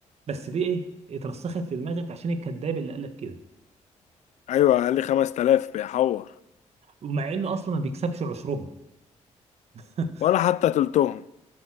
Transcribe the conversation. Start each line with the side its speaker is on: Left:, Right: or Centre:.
Right: بس دي ايه اترسخت في دماغك عشان الكذاب اللي قالك كده
Left: ايوه اقل 5000 بيحور
Right: ومع انه اصلا ما بيكسبش عشرهم <laughs>
Left: ولا حتى تلتهم